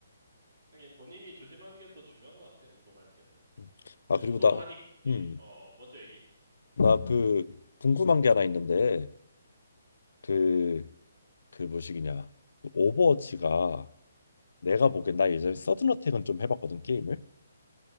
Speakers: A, on the right; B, on the left.
A: 하긴 본인이 조심하는 게 더 중요한 것 같아, 운동할 때는.
B: 음.
A: 근데
B: 아 그리고
A: 운동하니,
B: 나
A: 예,
B: 음
A: 어, 어, 먼저 얘기.
B: 나 그 궁금한 게 하나 있는데 그 그 뭐시기냐 그 오버워치가 내가 보기엔 나 예전에 서든어택은 좀 해봤거든 게임을